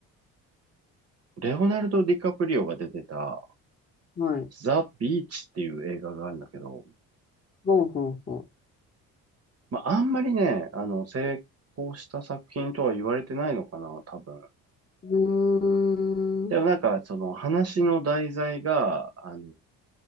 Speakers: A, on the right; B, on the left.
A: レオナルド・ディカプリオが出てた、
B: はい。
A: ザ・ビーチっていう映画があるんだけど、
B: ほうほうほ
A: まあ、あんまりね、あの、成功した作品とは言われてないのかな、多分。
B: う。うーん。
A: でもなんか、その話の題材が、あの、